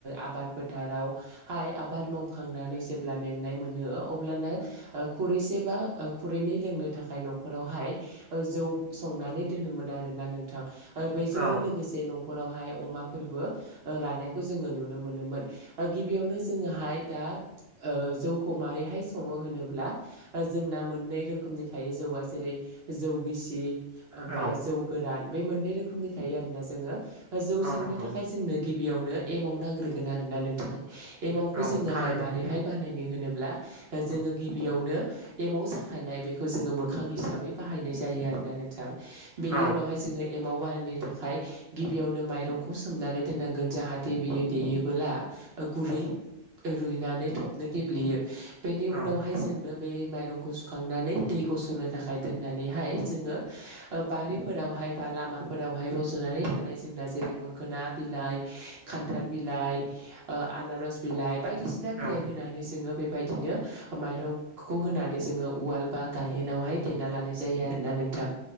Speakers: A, on the right (about 65°); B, on the right (about 15°).
A: आबाद। फोथाराव हाय आबाद मावखांनानै जेब्ला मेंनाय मोनों अब्लानो ओ खुरैसे। एबा खुरैनै लोंनो थाखाय न'खरावहाय ओ जौ संनानै दोनोमोन आरोना नोंथां। ओ बेजोंनो
B: औ
A: लोगोसे न'खरावहाय अमा। फोरबो ओ लानायखौ जोङो नुनो मोनोमोन गिबियावनो जोङोहाय दा। ओ जौखौ माबैहाय सङो होनोब्ला जोंना मोननै रोखोमनि थायो जौआ जेरै। जौ गिसि। ओमफाय
B: औ
A: जौ गोरान बे मोननै रोखोमनि थायो आरोना जोङो जौ
B: औ
A: सोंनो
B: नंगौ
A: थाखाय जोंनो गि। बियावनो एमाव नांग्रोगोन आरोना नोंथां एमावखौ
B: औ
A: जोङोहाय
B: थारैनो
A: मारैहाय बानाय। नोब्ला जोङो गिबियावनो एमाव जाखायनाय बेखौ जोङो मोखां हिसाबै बाहायनाय। जायो आरोना नोंथां बेनि
B: औ
A: उनाव जोङो एमाव बानायनो थाखाय गिबियावनो माइरं। खौ सोमनानै दोननांगोन जाहाथे बियो देयोबोला ओ गुरै। रुइनानै थबनो गेब्लेयो बेनि
B: औ
A: उनावहाय जोंनो। बे माइरंखौ सुखांनानै दै गस'नो थाखाय दोननानैहाय जोङो बारिफोरावहाय। हाय बा लामाफोरावहाय रज'नानै थानाय जोंना जेरै मो खोना बिलाइ खान्थाल बिलाइ आनारस बिलाइ। बायदिसिना बिलाइ
B: औ
A: होनानै जोङो बे बायदिनो माइरंखौ होनानै जोङो उवाल बा गायेनावहाय देना लानाय जायो आरोना नोंथां।